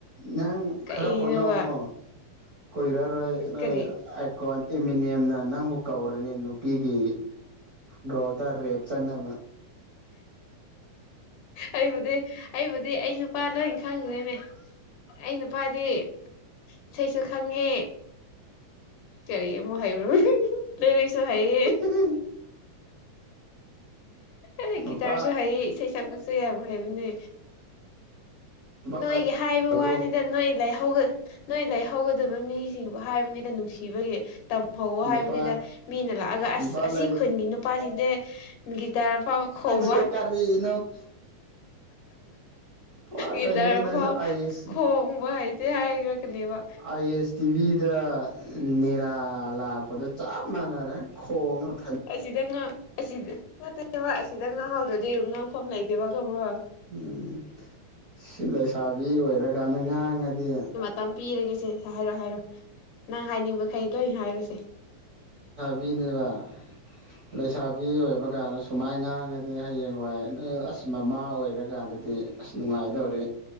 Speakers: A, on the right (about 45°); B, on the left (about 75°).
A: ꯅꯪ
B: ꯀꯛꯏꯅꯣꯕ
A: ꯈꯔ ꯍꯣꯠꯅꯧꯀꯣ ꯀꯨꯏꯔꯔꯣꯏ ꯅꯣꯏ꯫
B: ꯀꯔꯤ
A: ꯀꯣꯟ ꯑꯦꯃꯤꯅꯤꯌꯝꯅ ꯅꯪꯕꯨ ꯀꯧꯔꯅꯤ ꯅꯨꯄꯤꯒꯤ ꯗꯣꯜ ꯇꯔ ꯔꯦꯞꯁ ꯑꯟꯅ
B: ꯑꯩꯕꯨꯗꯤ ꯑꯩꯕꯨꯗꯤ ꯑꯩ ꯅꯨꯄꯥ ꯂꯣꯏ ꯈꯪꯗ꯭ꯔꯦꯅꯦ ꯑꯩ ꯅꯨꯄꯥꯗꯤ ꯏꯁꯩꯁꯨ ꯈꯪꯉꯦ ꯀꯔꯤꯑꯃꯨꯛ ꯍꯩꯕ꯭ꯔꯣ ꯂꯩꯔꯤꯛꯁꯨ ꯍꯥꯏꯌꯦ
A: ꯎꯝ
B: ꯑꯦ
A: ꯅꯨꯄꯥ
B: ꯒꯤꯇꯥꯔꯁꯨ ꯍꯥꯏꯌꯦ ꯏꯁꯩ ꯁꯛꯄꯁꯨ ꯌꯥꯝ ꯍꯥꯏꯕꯅꯦ
A: ꯅꯨꯄꯥ
B: ꯅꯣꯏꯒꯤ ꯍꯥꯏꯕ
A: ꯂꯩꯔꯕꯣ
B: ꯋꯥꯅꯤꯗ ꯅꯣꯏ ꯂꯩꯍꯧ ꯅꯣꯏ ꯂꯩꯍꯧꯒꯗꯕ ꯃꯤꯁꯤꯡꯕꯨ ꯍꯥꯏꯕꯅꯤꯅ ꯅꯨꯡꯁꯤꯕꯒꯤ ꯍꯧꯋꯣ
A: ꯅꯨꯄꯥ
B: ꯍꯥꯏꯕꯅꯤꯗ ꯃꯤꯅ ꯂꯥꯛꯑꯒ
A: ꯅꯨꯄꯥ
B: ꯑꯁ ꯑꯁꯤ
A: ꯂꯩ
B: ꯈꯨꯟꯒꯤ ꯅꯨꯄꯥꯁꯤꯡꯁꯦ ꯒꯤꯇꯥꯔ ꯐꯥꯎꯕ ꯈꯣꯡ
A: ꯁꯔ ꯀꯔꯤꯅꯣ ꯄꯨꯔꯥ
B: ꯒꯤꯇꯔ
A: ꯀꯩꯅꯣꯅꯦ ꯅꯪꯁꯨ
B: ꯐꯥꯎ
A: ꯑꯥꯏ ꯑꯦꯁ
B: ꯈꯣꯡꯕ ꯍꯥꯏꯇꯦ ꯍꯥꯏꯔꯛꯀꯅꯦꯕ
A: ꯑꯁ ꯇꯤꯚꯤꯗ ꯅꯅꯤꯔꯥ ꯂꯥꯛꯄꯗ ꯆꯞ ꯃꯥꯟꯅꯔꯦ ꯈꯣꯡ ꯑꯃ ꯊ
B: ꯑꯁꯤꯗ ꯉꯥꯡ ꯑꯁꯤꯗ ꯅꯠꯇꯦꯕ ꯑꯁꯤꯗ ꯉꯥꯡꯍꯧꯗ꯭ꯔꯗꯤ ꯉꯥꯡꯐꯝ ꯂꯩꯏꯇꯦꯕ ꯈꯪꯕꯔꯥ
A: ꯎꯝ ꯁꯤ ꯂꯩꯁꯥꯕꯤ ꯑꯣꯏꯔꯀꯥꯟꯗ ꯉꯥꯡꯉꯗꯤ
B: ꯇꯝꯄꯤꯔꯒꯦꯁꯦ ꯍꯥꯏꯔꯣ ꯍꯥꯏꯔꯣ ꯅꯪ ꯍꯥꯏꯅꯤꯡꯕ ꯈꯩꯂꯣꯏ ꯍꯥꯏꯔꯣꯁꯦ
A: ꯕꯤꯅꯦꯕ ꯂꯩꯁꯥꯕꯤ ꯑꯣꯏꯕ ꯀꯥꯟꯗ ꯁꯨꯃꯥꯏ ꯉꯥꯡꯉꯗꯤ ꯍꯌꯦꯡꯋꯥꯏ ꯅꯣꯏ ꯑꯁ ꯃꯃꯥ ꯑꯣꯏꯔꯀꯥꯟꯗꯗꯤ ꯑꯁ ꯅꯨꯡꯉꯥꯏꯗꯧꯔꯦ